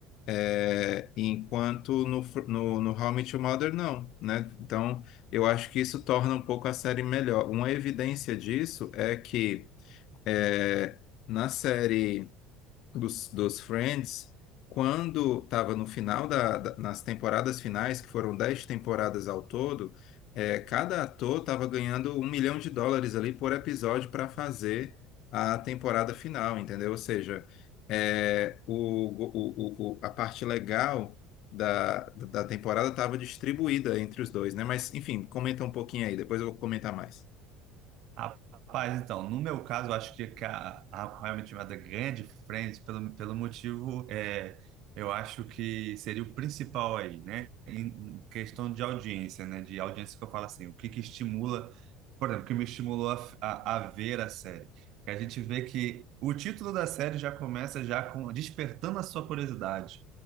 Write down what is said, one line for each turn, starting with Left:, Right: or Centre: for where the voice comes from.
Left: É, enquanto no, Fr- no, no How I Met Your Mother, não, né? Então, eu acho que isso torna um pouco a série melhor. Uma evidência disso é que é, na série dos, dos Friends, quando estava no final da, da- nas temporadas finais, que foram 10 temporadas ao todo, é, cada ator estava ganhando um milhão de dólares ali por episódio para fazer a temporada final, entendeu? Ou seja, é, o, o, o, o- a parte legal da, da temporada estava distribuída entre os dois, né? Mas, enfim, comenta um pouquinho aí, depois eu vou comentar mais.
Right: Rapaz, então, no meu caso, eu acho que que a, a How I Met Your Mother ganha de Friends pelo, pelo motivo, é, eu acho que seria o principal aí, né? Em em questão de audiência, né? De audiência que eu falo assim, o que que estimula, por exemplo, o que me estimulou a, a, a ver a série. Que a gente vê que o título da série já começa já com despertando a sua curiosidade.